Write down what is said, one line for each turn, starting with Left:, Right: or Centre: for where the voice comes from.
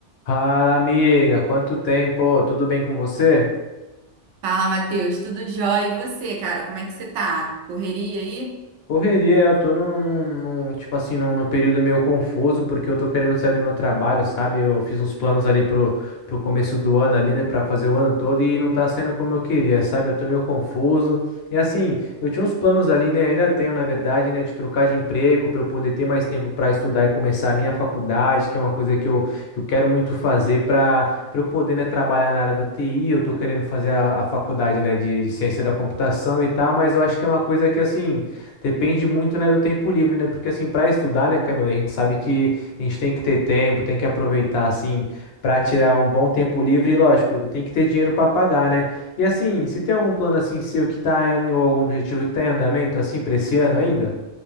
Left: Fala, amiga, quanto tempo? Tudo bem com você?
Right: Fala, Matheus, tudo jóia? E você, cara, como é que você tá? Correria aí?
Left: Correria, eu tô num, num, num, tipo assim, num, num período meio confuso, porque eu tô querendo sair do meu trabalho, sabe? Eu fiz uns planos ali pro, pro começo do ano ali, né, pra fazer o ano todo e não tá saindo como eu queria, sabe? Eu tô meio confuso. E assim, eu tinha uns planos ali, né, ainda tenho, na verdade, né, de trocar de emprego pra eu poder ter mais tempo pra estudar e começar a minha faculdade, que é uma coisa que eu, que eu quero muito fazer pra, pra eu poder, né, trabalhar na área do TI. Eu tô querendo fazer a, a faculdade, né, de, de ciência da computação e tal, mas eu acho que é uma coisa que, assim Depende muito, né, do tempo livre, né? Porque assim, para estudar, né, Camila, a gente sabe que a gente tem que ter tempo, tem que aproveitar assim para tirar um bom tempo livre e lógico, tem que ter dinheiro para pagar, né? E assim, se tem algum plano assim seu que tá em, ou algum objetivo que tá em andamento assim para esse ano ainda?